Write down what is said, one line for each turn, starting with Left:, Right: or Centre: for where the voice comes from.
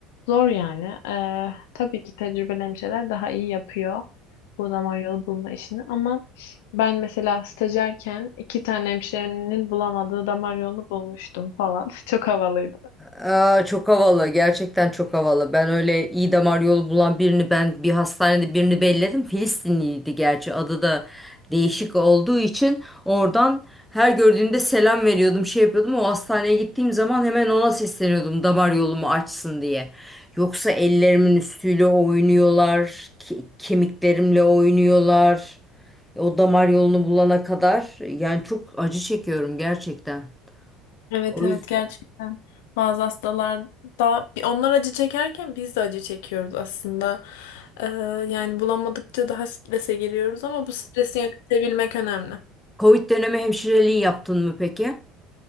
Left: zor yani. Ee, tabii ki tecrübelemiş şeyler daha iyi yapıyor bu damar yolu bulma işini. Ama ben mesela stajyerken iki tane hemşirenin bulamadığı damar yolunu bulmuştum falan. <laughs> Çok havalıydı.
Centre: Aa, çok havalı. Gerçekten çok havalı. Ben öyle iyi damar yolu bulan birini ben bir hastanede birini belledim. Filistinliydi gerçi. Adı da değişik olduğu için oradan her gördüğümde selam veriyordum, şey yapıyordum. O hastaneye gittiğim zaman hemen ona sesleniyordum damar yolumu açsın diye. Yoksa ellerimin üstüyle oynuyorlar, ke- kemiklerimle oynuyorlar. O damar yolunu bulana kadar yani çok acı çekiyorum gerçekten.
Left: Evet
Centre: O
Left: evet
Centre: yüzden
Left: gerçekten bazı hastalarda bi- onlar acı çekerken biz de acı çekiyoruz aslında. Ee, yani bulamadıkça daha strese giriyoruz ama bu stresi yönetebilmek önemli.
Centre: Covid dönemi hemşireliği yaptın mı peki?